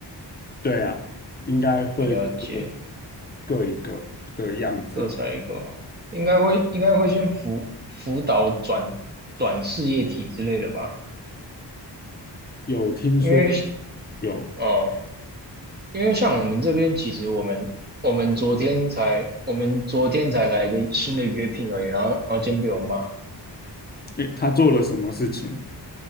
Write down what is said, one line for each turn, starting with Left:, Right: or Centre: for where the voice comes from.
Left: 对啊，应该会各
Right: 呃了解。
Left: 各一个的样子。
Right: 各裁一个。应该会应该会先辅辅导转转事业体之类的吧，
Left: 有听说
Right: 因为
Left: 有，
Right: 哦，因为像我们这边，其实我们我们昨天才我们昨天才来一个新的约聘而已，然后然后今天被我骂，
Left: 诶，他做了什么事情？